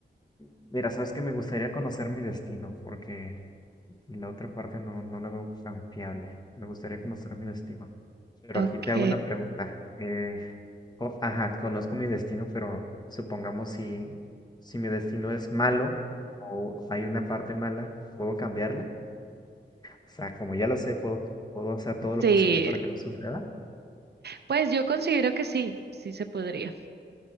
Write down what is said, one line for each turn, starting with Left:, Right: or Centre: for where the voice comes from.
Left: Mira, sabes que me gustaría conocer mi destino, porque la otra parte no, no la veo tan fiable. Me gustaría conocer mi destino. Pero
Right: Ok.
Left: aquí te hago una pregunta. Eh, co- ajá, conozco mi destino, pero supongamos si, si mi destino es malo o hay una parte mala, ¿puedo cambiarla? O sea, como ya lo sé, puedo, puedo hacer todo lo
Right: Sí,
Left: posible para que no suceda.
Right: pues yo considero que sí, sí se podría.